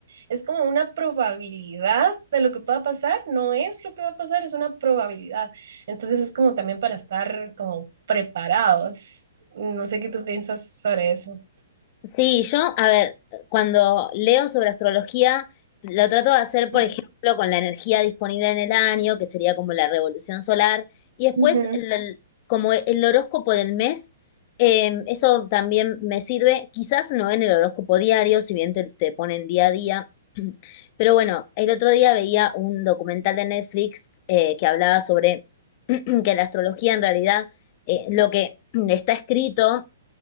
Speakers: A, on the right; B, on the left.
A: Es como una probabilidad de lo que pueda pasar, no es lo que va a pasar, es una probabilidad. Entonces es como también para estar como preparados. No sé qué tú piensas sobre eso.
B: Sí, yo, a ver, cuando leo sobre astrología, lo trato de hacer, por
A: Ujú,
B: ejemplo, con la energía disponible en el año, que sería como la revolución solar, y después
A: ujú,
B: el- como el horóscopo del mes, eh, eso también me sirve, quizás no en el horóscopo diario, si bien te, te ponen día a día, pero bueno, el otro día veía un documental de Netflix eh, que hablaba sobre <clears throat> que la astrología en realidad, eh, lo que está escrito